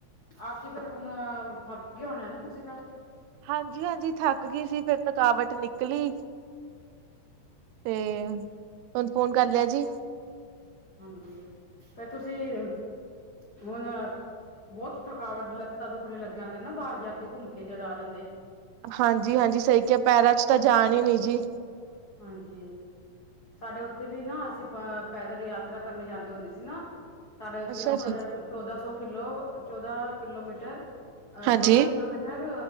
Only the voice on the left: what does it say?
ਆ ਕੇ ਫਿਰ ਹੁਣ ਥੱਕ ਗਏ ਹੋਣਾ ਨਾ ਤੁਸੀਂ ਤਾਂ।
ਹਾਂਜੀ! ਫਿਰ ਤੁਸੀਂ, ਹੁਣ ਬਹੁਤ ਥਕਾਵਟ, ਲੱਤਾਂ ਦੁਖਣੇ ਲੱਗ ਜਾਂਦਾ ਨਾ ਬਾਹਰ ਜਾ ਕੇ ਘੁੰਮ ਕੇ ਜਦ ਆ ਜਾਂਦੇ,
ਹਾਂਜੀ! ਸਾਡੇ ਉੱਥੇ ਵੀ ਨਾ ਅਸੀਂ ਪੈਦਲ ਯਾਤਰਾ ਕਰਨ ਜਾਂਦੇ ਹੁੰਦੇ ਸੀ ਨਾ, ਸਾਡੇ ਉੱਥੇ
ਨਾ ਥੋੜਾ
ਜਿਹਾ ਚੌਦਾਂ ਸੌ ਕਿਲੋ ਚੌਦਾਂ ਕਿਲੋਮੀਟਰ, ਅ
ਚੌਦਾਂ ਕਿਲੋਮੀਟਰ